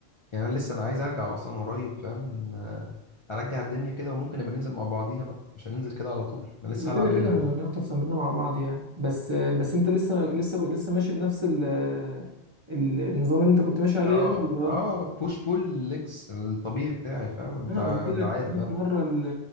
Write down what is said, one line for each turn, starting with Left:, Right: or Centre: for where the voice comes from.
Left: يعني انا لسه انا عايز ارجع اصلا قريب فاهم آه، ارجع الدنيا كده وممكن نبقى ننزل مع بعضينا بقى مش هننزل كده على طول انا لسه هلعب
Right: كده كده
Left: جنرال
Right: هنخطف تمرينه مع بعض يعني بس بس انت لسه لسه لسه ماشي بنفس ال ال- النظام اللي انت كنت ماشي عليه
Left: اه
Right: يعني اللي غيرته
Left: اه بوش بول ليجز الطبيعي بتاعي فاهم انت
Right: انا قلت لك
Left: انت عارف
Right: 100
Left: آه.
Right: مره ال-